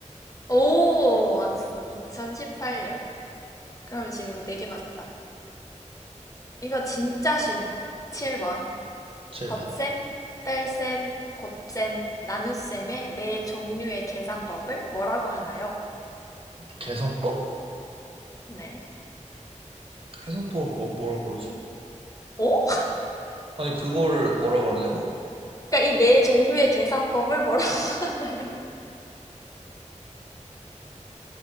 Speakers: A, on the left; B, on the right.
A: 오, 맞았어. 2018년. 그럼 지금 4개 맞았다. 이거 진짜 쉬운 거. 7번.
B: 7번.
A: 덧셈, 뺄셈, 곱셈, 나눗셈의 네 종류의 계산법을 뭐라고 하나요?
B: 개선법?
A: 네.
B: 개선법을 뭐, 뭐라 그러지?
A: 어?
B: 아니 그거를 뭐라 그러냐고?
A: 그러니까 이 네 종류의 계산법을 뭐라고 <laughs> 하나요?